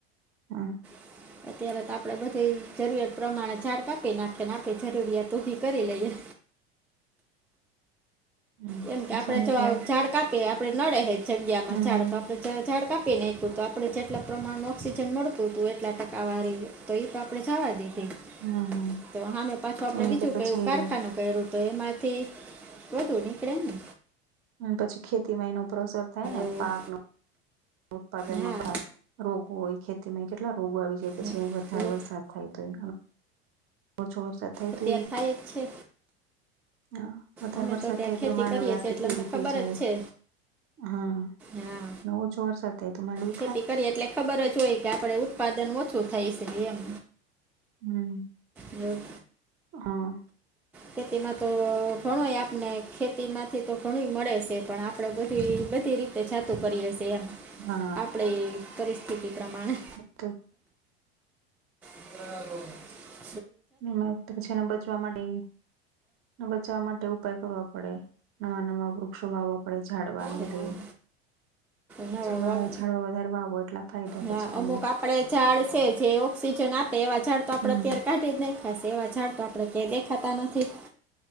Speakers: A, on the right; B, in the centre.
A: હા.
B: <inaudible> અત્યારે તો આપણે બધેય જરૂરિયાત પ્રમાણે ઝાડ કાપી નાખીએને આપણે જરૂરિયાત ઊભી કરી લઈએ.
A: હમ
B: કેમ કે
A: પછી
B: આપડે
A: એને લીધે
B: જો ઝાડ કાપીએ આપડે નડે હે જગ્યામાં
A: હમ
B: ઝાડ કાપે જ ઝાડ કાપી નાયખુ તો આપડે જેટલાં પ્રમાણ ઓક્સિજન મળતું હતું એટલા ટકાવારી તો ઈ તો આપડે જવા દીધી
A: હમ હમ
B: તો હામે પાછું આપડે
A: એને લીધે
B: બીજું
A: પછી
B: કે એવું કારખાનું કયરું તો એમાંથી વધુ નીકળેને.
A: પછી ખેતીમાં એનો ઉપર અસર થાય ને
B: એવું
A: પાકનો ઉત્પાદનમાં
B: હા
A: કાય. રોગો હોય ખેતીમાં કેટલા રોગો આવી જાય પછી
B: ને
A: વધારે
B: હવે
A: વરસાદ થાય તો ઓછો વરસાદ. થાય
B: અત્યાર
A: તો
B: થાય જ છે.
A: હા, વધારે
B: અમે
A: વરસાદ
B: ત્યાં
A: થાય
B: ખેતી
A: તો માંડવી
B: કરીએ
A: આખી
B: છીએ એટલે
A: પીળી
B: અમને ખબર
A: થઈ જાય.
B: જ છે
A: હમ,
B: હા
A: ન ઓછો વરસાદ. <unintelligible>
B: ખેતી કરીએ એટલે ખબર જ હોય કે આપડે ઉત્પાદન ઓછું થાય છે એમ.
A: હમ.
B: હમ,
A: હા
B: ખેતીમાં તો ધણોય આપને. ખેતીમાંથી તો ઘણું મળે છે પણ આપણે બધી બધી રીતે જાતું કરીએ છીએ એમ.
A: હા.
B: આપડે પરિસ્થિતિ પ્રમાણે.
A: <unintelligible>
B: બરાબર.
A: મે તો પછી એના બધ ચવા માટે બચાવવા માટે ઉપાય કરવા પડે નવા નવા વૃક્ષો વાવવા આપણે ઝાડવા ને
B: હા
A: બધે
B: નવા
A: જેમાં
B: વાવ
A: ઝાડવા વધાર વાવો એટલા ફાયદા
B: હા
A: પછી તમને
B: અમુક આપડે ઝાડ છે જે ઓક્સિજન આપે એવા ઝાડ તો આપડે
A: હમ
B: અત્યારે કાઢી જ નાખા છે એવા ઝાડ તો આપડે ક્યાંય દેખાતા નથી.